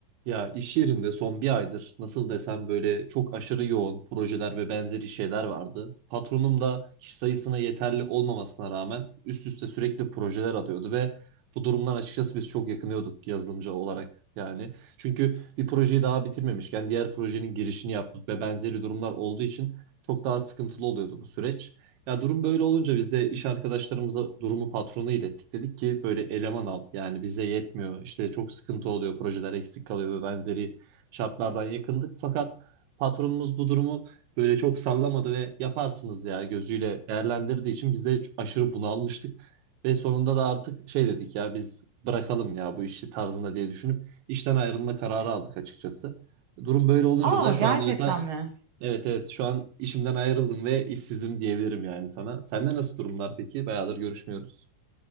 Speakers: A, on the right; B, on the right.
A: Ya iş yerinde son bir aydır nasıl desem böyle çok aşırı yoğun projeler ve benzeri şeyler vardı. Patronum da kişi sayısına yeterli olmamasına rağmen üst üste sürekli projeler alıyordu ve bu durumdan açıkçası biz çok yakınıyorduk yazılımcı olarak yani. Çünkü bir projeyi daha bitirmemişken diğer projenin girişini yapmak ve benzeri durumlar olduğu için çok daha sıkıntılı oluyordu bu süreç. Ya durum böyle olunca biz de iş arkadaşlarımıza durumu patrona ilettik. Dedik ki böyle eleman al. Yani bize yetmiyor. İşte çok sıkıntı oluyor. Projeler eksik kalıyor ve benzeri şartlardan yakındık. Fakat patronumuz bu durumu böyle çok sallamadı ve yaparsınız ya gözüyle değerlendirdiği için biz de aşırı bunalmıştık. Ve sonunda da artık şey dedik ya biz bırakalım ya bu işi tarzında diye düşünüp işten ayrılma kararı aldık açıkçası. Durum böyle olunca
B: Aa
A: da şu
B: gerçekten
A: anda mesela
B: mi?
A: Evet evet şu an işimden ayrıldım ve işsizim diyebilirim yani sana. Sende nasıl durumlar peki? Bayağıdır görüşmüyoruz.